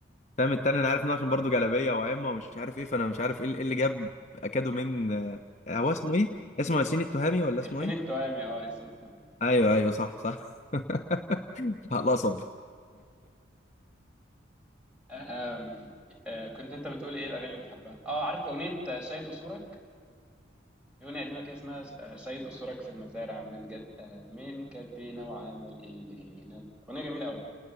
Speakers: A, on the left; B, in the centre.
A: فاهم التاني انا عارف انه عشان برضه جلابيه وعمه ومش عارف ايه فانا مش عارف ايه اللي إيه اللي جاب اكادو من آه، هو اسمه ايه اسمه ياسين التهامي
B: <laughs>
A: ولا اسمه
B: ياسين
A: ايه
B: التوامي اه ياسين التوامي
A: ايوه ايوه صح صح <laughs> القصب
B: آه، آم، آه، كنت انت بتقول ايه الاغاني اللي بتحبها اه عارف اغنيه شاهد قصورك أغنية قديمة كده اسمها آه، سيد أسرك في المزارع من جد آه، من كدينا وعمل إيدينا أغنية جميلة أوي